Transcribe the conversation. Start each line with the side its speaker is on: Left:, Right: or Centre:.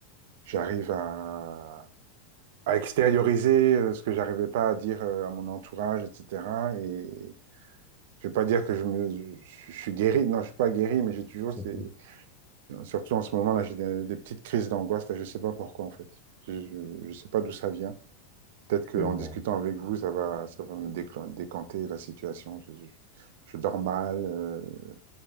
Right: j'arrive à, à extérioriser euh, ce que j'arrivais pas à dire euh, à mon entourage, etc. Et je vais pas dire que je me, je, je suis guéri. Non, je suis pas guéri, mais j'ai toujours ces,
Centre: Mhm.
Right: surtout en ce moment-là, j'ai des, des petites crises d'angoisse. là, Je sais pas pourquoi en fait. Je, je, je sais pas d'où ça vient. Peut-être qu'en
Centre: je vois.
Right: discutant avec vous, ça va, ça va me déclen- décanter la situation. Je, je- je dors mal. euh.